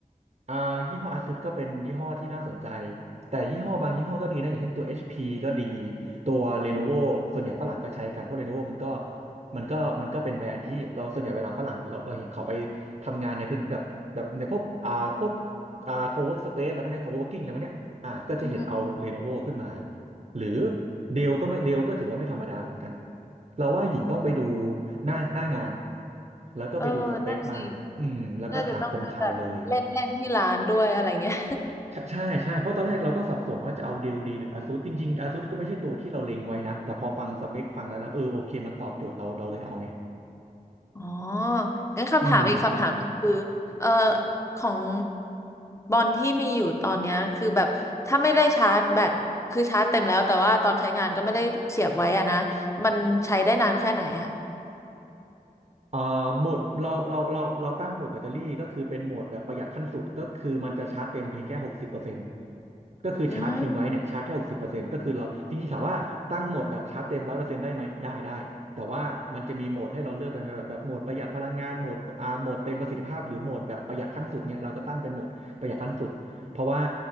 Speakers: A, on the right; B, on the left.
A: อ่ายี่ห้ออ s u s ก็เป็นยี่ห้อที่น่าสนใจแต่ยี่ห้อบางยี่ห้อก็ดีนะอย่างเช่นตัว HP ก็ดีตัว Lenovo ส่วนใหญ่ฝรั่งก็ใช้กันเพราะ Lenovo มันก็มันก็มันก็เป็นแบรนด์ที่เราส่วนใหญ่เวลาฝรั่งเราเราเห็นเขาไป ทำงานในพื้นแบบแบบในพวกอ่าพวกอ่าโคเวิร์กสเปซอะไรพวกเนี้โคเวิร์กิ้งอะไรพวกเนี้ยอ่าก็จะเห็นเอาเ
B: อืม
A: e โน v o ขึ้นมาหรือเดลก็ไม่เดลก็ถือว่าไม่ธรรมดาเหมือนกันเราว่าหญิงต้องไปดูหน้าหน้างานแล้วก็ไปดูสเปคมันอืมแล้วก็ถามคนขายเลย
B: เออนั่นสิ น่าจะต้องเป็นแบบเล่นเล่นที่ร้านด้วยอะไรเงี้ย
A: ใช่ใช่ใช่เพราะตอนแรกเราก็สับสนว่าจะเอาเดลดีหรืออาซูสจริงๆอาซูสก็ไม่ใช่ตัวที่เราเล็งไว้นะแต่พอฟังสเปคฟังแล้วแล้วเออโอเคมันตอบโจทย์เราเราเลยเอาไง
B: <laughs> อ๋องั้นคำถามอีกคำถามหนึ่งคือเอ่อ
A: อืม
B: ของบอลที่มีอยู่ตอนเนี้ยคือแบบถ้าไม่ได้ชาร์จแบตคือชาร์จเต็มแล้วแต่ว่าตอนใช้งานก็ไม่ได้เสียบไว้อะนะมันใช้ได้นานแค่ไหนอะ
A: เอ่อโหมดเราเราเราเราตั้งโหมดแบตเตอรี่ก็คือเป็นโหมดแบบประหยัดขั้นสุดก็คือมันจะชาร์จเต็มเพียงแค่หกสิบเปอร์เซ็นต์ก็คือชาร์จทิ้งไว้เนี่ยชาร์จแค่หกสิบเปอร์เซ็นต์ก็คือเราจริงๆถามว่าตั้งโหมดแบบชาร์จเต็มร้อยเปอร์เซ็นต์ได้ไหมได้ได้แต่ว่ามันจะมีโหมดให้เราเลือกเป็นแบบแบบโหมดประหยัดพลังงานโหมดอ่าโหมดเต็มประสิทธิภาพหรือโหมดแบบประหยัดขั้นสุดเนี่ยเราก็ตั้งเป็นโหมดประหยัดขั้นสุดเพราะว่า
B: อืม